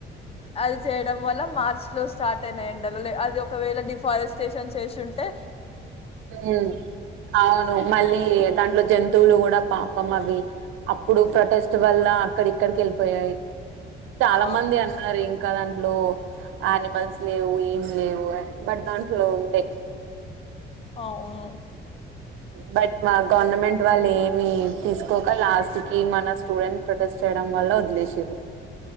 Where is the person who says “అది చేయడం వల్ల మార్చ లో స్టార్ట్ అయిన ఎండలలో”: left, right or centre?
Left